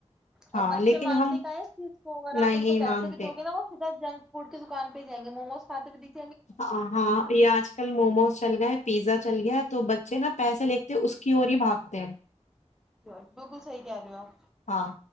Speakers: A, on the left (about 85°); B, in the centre.
A: ہاں
B: اور بچے
A: لیکن
B: مانتے
A: ہم
B: کا ہے چیز کو اگر
A: نہیں
B: آپ ان کو
A: مانتے
B: پیسے بھی دو گے نا وہ سیدھا جنک فوڈ کی دکان پہ ہی جائ گ مووموس فاتر بھی <unintelligible>
A: ہاں ہاں یہ آج کل موموز چل گئے پیزا چل گیا تو بچے ن پیسے لتے اس کی اور ہی بھاگتے ہیں
B: ج بالکل صحی کہہ رہے ہو آپ
A: ہاں